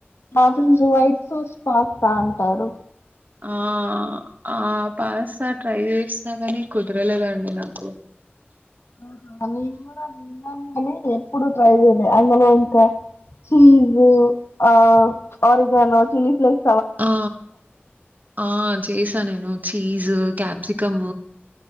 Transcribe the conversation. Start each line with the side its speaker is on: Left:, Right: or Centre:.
Left: <unintelligible> వైట్ సుస్ పాస్తా అంటారు
Right: ఆ ఆ పాస్తా ట్రై చేసినా కానీ కుదరలేదండి నాకు
Left: ఆహా నేను కూడా విన్నాను అని ఎప్పుడు ట్రై చేయలే అందులో ఇంకా చీజ్ ఆ ఆరిగానో చిల్లీ ఫ్లేక్
Right: ఆ ఆ చేసి నేను చీజ్ క్యాప్సికమ్